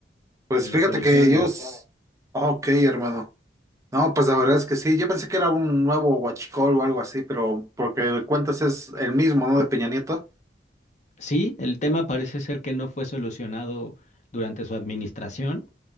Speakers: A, on the right; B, on the left.
A: pues
B: que lo
A: fíjate
B: solucionen.
A: que ellos. s- Ok, hermano. No, pues la verdad es que sí. Yo pensé que era un nuevo huachicol o algo así, pero porque de cuentas es el mismo, ¿no? De Peña Nieto.
B: Sí, el tema parece ser que no fue solucionado durante su administración.